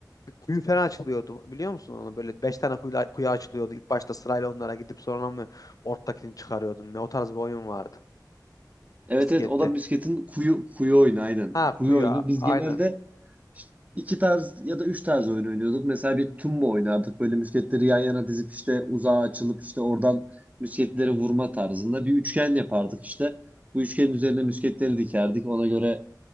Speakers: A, on the left; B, on the right.
A: bir kuyu falan açılıyordu biliyor musun onu? Böyle beş tane kuyu, kuyu açılıyordu. İlk başta sırayla onlara gidip sonra mı ortadakini çıkarıyordun? Ne o tarz bir oyun vardı.
B: Evet
A: Miskette.
B: evet o da misketin kuyu kuyu oyunu aynen.
A: Ha
B: Kuyu
A: kuyu
B: oyunu.
A: a-
B: Biz
A: aynen.
B: genelde işte iki tarz ya da üç tarz oyun oynuyorduk. Mesela bir tumba oynardık. Böyle musketleri yan yana dizip işte uzağa açılıp işte oradan musketleri vurma tarzında bir üçgen yapardık işte. Bu üçgenin üzerine musketleri dikerdik. Ona göre